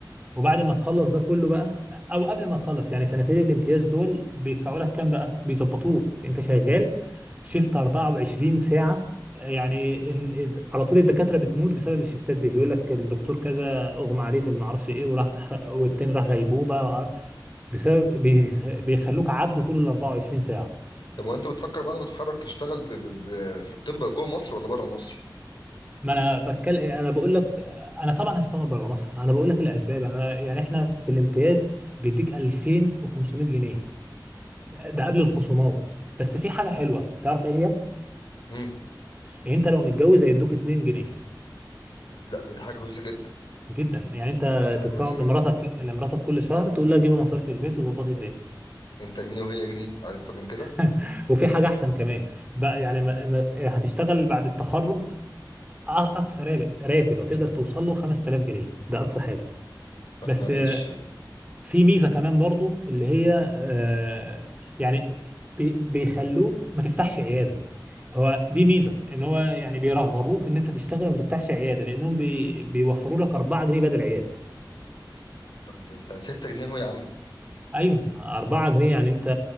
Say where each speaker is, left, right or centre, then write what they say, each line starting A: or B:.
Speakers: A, on the right; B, on the left.
A: وبعد ما تخلص ده كله بقى او قبل ما تخلص يعني سنتين الامتياز دول بيدفعوا لك كام بقى بيظبطوك انت شغال شيفت 24 ساعة يعني إن على طول الدكاترة بتموت بسبب الشيفتات دي يقول لك الدكتور كذا اغمى عليه في ما اعرفش ايه وراح والتاني راح غيبوبة وعر- بسبب بي بيخلوك عبد طول ال 24 ساعة
B: طب وانت بتفكر بعد ما تتخرج تشتغل ب... ب... ب... في الطب جوه مصر ولا بره مصر
A: ما انا بتكلم انا بقول لك انا طبعا هشتغل بره مصر انا بقول لك الاسباب يعني انا يعني احنا في الامتياز بيديك 2500 جنيه ده قبل الخصومات بس في حاجه حلوه تعرف ايه هي
B: امم
A: يعني انت لو متجوز هيدوك 2 جنيه
B: لا ده دي حاجه كويسه جدا
A: جدا يعني انت
B: دي حاجه
A: تدفعهم
B: كويسه جدا
A: لمراتك لمراتك كل شهر تقول لها جيبي مصاريف البيت وظبطي الدنيا
B: انت جنيه وهي جنيه عايز اكتر من كده
A: <laughs> وفي حاجه احسن كمان بقى يعني ما... ما... هتشتغل بعد التخرج أ- اقصى راب- راتب هتقدر توصل له 5000 جنيه ده اقصى حاجه
B: طب
A: بس
B: معلش
A: آه، في ميزه كمان برضو اللي هي آه، يعني بي- بيخلوك ما تفتحش عياده هو دي ميزه ان هو يعني بيرغبوك ان انت تشتغل وما تفتحش عياده لانهم بي... بيوفروا لك 4 جنيه بدل عياده
B: طب ده 6 جنيه اهو يا عم
A: ايوه 4 جنيه يعني انت